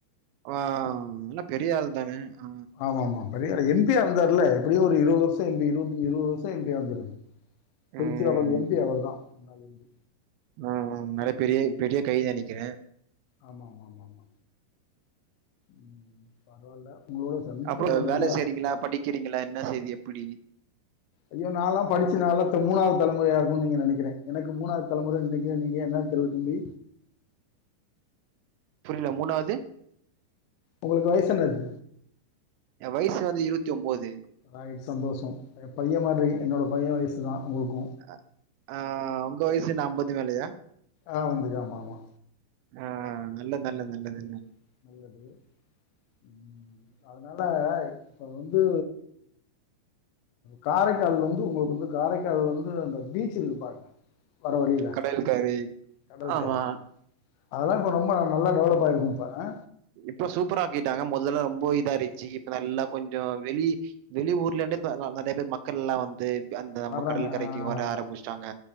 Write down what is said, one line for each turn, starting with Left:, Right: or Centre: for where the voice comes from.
Right: ஆ நல்ல பெரிய ஆள் தான ஆ
Left: ஆமாமா பெரியால் எம் பி யா இருந்தார்ல எப்டியோ ஒரு இருவது வருஷோ எம்பி இருபத்தி அஞ்சு இருபது வருஷோ எம் பி யா இருந்துருக் திரிச்சி
Right: ம்.
Left: அப்ரோ அந்த எம் பி அவர்தா முன்னாள் எம் பி
Right: ஆ நெறைய பெரிய பெரிய கைது நெனைக்ற
Left: ஆமா ஆமா ஆமா ஆமா ம் பரவால்ல உங்களோட சந்திச்சிருக்கேன்
Right: அப்ற வேல
Left: ரொம்ப
Right: செய்றீங்களா
Left: ஆ,
Right: படிக்கிறீங்களா என்ன செய்து எப்டி
Left: ஐயோ நால்லா படிச்சுனாலத்து மூணாவது தலைமுறையா இருக்குனு நீங்க நினைக்கிறெ எனக்கு மூணாவது தலைமுற நினைக்கிறே நீங்க என்ன தெருவ தம்பி
Right: புரில மூணாவது
Left: உங்களுக்கு வயசு என்னது
Right: எ வயசு வந்து இருவத்தி ஒம்பது
Left: ஆயி சந்தோஷோ எ பைய மாரி என்னோட பைய வயசு தா உங்ளுக்கு
Right: அ ஆ உங்க வயசென்ன அம்பது மேலயா
Left: ஆ வந்துக்க ஆமா ஆமா
Right: ஆ, நல்லது
Left: ஐம்பதுக்கு
Right: நல்லது நல்லது
Left: மேல இருக்கு நல்லது ம் அ அனால இப்ப வந்து காரைக்கால்ல வந்து உங்களுக்கு வந்து காரைக்கால்ல வந்து அந்த பீச்சு இருக்குப்பாருங்க வர வழில
Right: கடல் கரை
Left: கடல்க்கறை
Right: ஆமா
Left: அதெல்லா இப்ப ரொம்ப நல்லா டெவலப் ஆயிருக்கு இப்ப அ
Right: இப்ப சூப்பராக்கிட்டாங்க மொதல்ல ரொம்ப இதாருந்துச்சு இப்ப நல்லா கொஞ்சோ வெளி வெளி ஊர்ல இருந்து இப்ப நா நெறைய பேர் மக்கள் எல்லா வந்து அந்த நம்ம
Left: வர்றாங்க
Right: கடல் கரைக்கு
Left: ஆ,
Right: வர ஆரம்பிச்ட்டாங்க